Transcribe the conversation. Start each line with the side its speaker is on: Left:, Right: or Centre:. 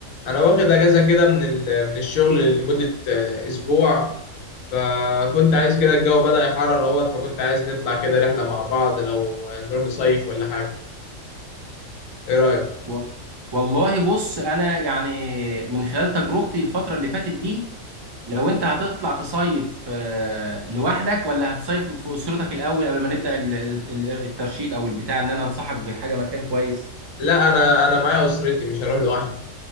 Left: انا واخد اجازه كده من ال- من الشغل لمده آه، اسبوع فكنت عايز كده الجو بدأ يحرر اهوت فكنت عايز نطلع كده رحله مع بعض لو نروح نصيف ولا حاجه ايه رايك
Right: وال- والله بص انا يعني من خلال تجربتي الفتره اللي فاتت دي لو انت هتطلع تصيف آه، لوحدك ولا هتصيف في اسرتك الاول قبل ما نبدا ال- ال- الترشيد او البتاع ان انا انصحك بحاجه مكان كويس
Left: لا انا انا معايا اسرتي مش هروح لوحدي